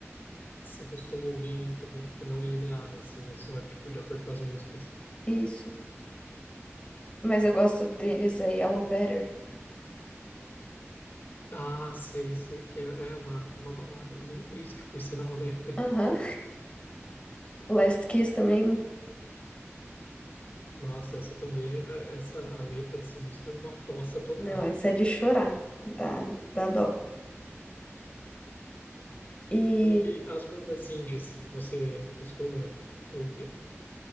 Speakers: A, on the left; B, on the left.
A: você costuma ouvir, então, tipo, não linear, assim, é só, tipo, de acordo com as músicas.
B: Isso. Mas eu gosto deles aí, Hello Better.
A: Ah, sei, sei, que é, é uma, uma balada bem triste, por sinal, né? <laughs>
B: Aham. Last Kiss também.
A: Nossa, essa também, é- essa, a letra dessa música é uma fossa total.
B: Não, essa é de chorar. Dá, dá dó. E
A: E as bandas indies, você costuma ouvir?